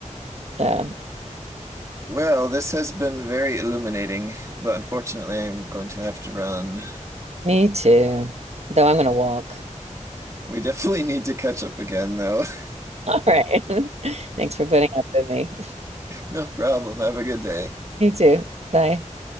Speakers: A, on the right (about 55°); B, on the right (about 25°).
A: So,
B: Well, this has been very illuminating, but unfortunately, I'm going to have to run.
A: me too. Though I'm gonna walk.
B: We definitely need to catch up again, though. <laughs>
A: All right. <laughs> Thanks for putting up with me.
B: No problem. Have a good day.
A: <laughs> Me too. Bye.